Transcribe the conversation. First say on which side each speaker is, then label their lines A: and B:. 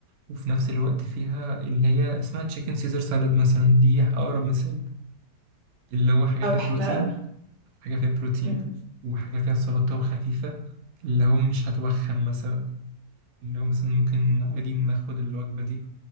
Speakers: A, on the right; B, on the right.
A: وفي نفس الوقت فيها اللي هي اسمها تشيكن سيزر سالاد مثلا دي اقرب مثال اللي هو حاجه
B: اه
A: فيها
B: بحبها
A: بروتين
B: قوي
A: حاجه فيها بروتين
B: م.
A: وحاجه فيها سلطه وخفيفه اللي هو مش هتوخم مثلا اللي هو مثلا ممكن عادي ناخد الوجبه دي